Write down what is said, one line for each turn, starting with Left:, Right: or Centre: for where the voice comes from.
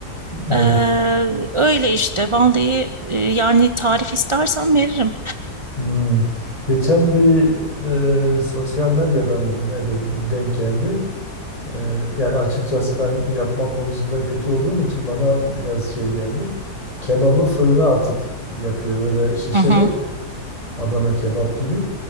Left: evet.
Right: Eee, öyle işte vallahi e, yani tarif istersen veririm.
Left: Hmm. Geçen bir e, sosyal medyada mıydı? Nerede bir denk geldi. E, yani açıkçası ben yapma konusunda kötü olduğum için bana biraz şey geldi. Kebabı fırına atıp yapıyor. Böyle şişe
Right: Hı hı,
Left: değil. Adana kebap gibi.